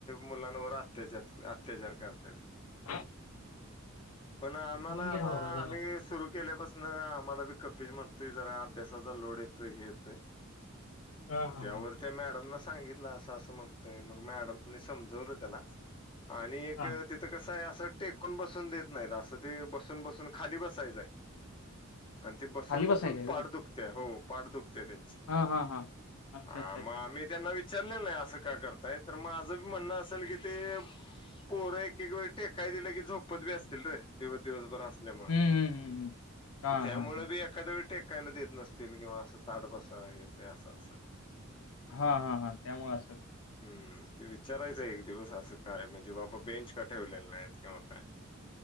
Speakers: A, on the left; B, on the left.
A: मुलांवर अत्याचार- अत्याचार करता ते.
B: हो. <inaudible>
A: पण आम्हाला
B: घ्या
A: आता
B: बाबा जरा
A: आम्ही सुरू केल्यापासनं आम्हाला बी कपीच म्हणतोय जरा अभ्यासाचा लोड येतोय हे येतोय
B: हा
A: त
B: हा
A: त्यावर
B: हा
A: त्या मॅडमला सांगितलं अस -असं म्हणतोय मग मॅडमनी समजवलं त्याला. आणि एक
B: हा
A: तिथं कसं आहे असं टेकून बसून देत नाहीत, अस ते बसून- बसून खाली बसायचंय आणि ते बसून-
B: खाली
A: बसून
B: बसायचंय होय
A: पाड दुख दुख त्या हो पाठ दुखते त्यांची
B: हा हा हा अच्छा
A: हा
B: अच्छा
A: म
B: अच्छा
A: आम्ही त्यांना विचारलेलं नाही असं का करताय तर, माझंच म्हणणं असेल की ते पोरं एक -एक वेळ टेकायं दिलं की झोपतं बी असतील रे दिवस- दिवस बर अस असल्यामुळं
B: हम्म हम्म हम्म हम्म. हा
A: म त्यामुळे
B: हा हा
A: बी एखाद्या वेळी टेकायला देत नसतील, किंवा असं ताठ बसा हे ते असं असल.
B: हा, हा, हा त्यामुळं असल.
A: हम्म ते विचारायचं एक दिवस असं काय म्हणजे बाबा बेंच का ठेवलेले नाहीत किंवा काय?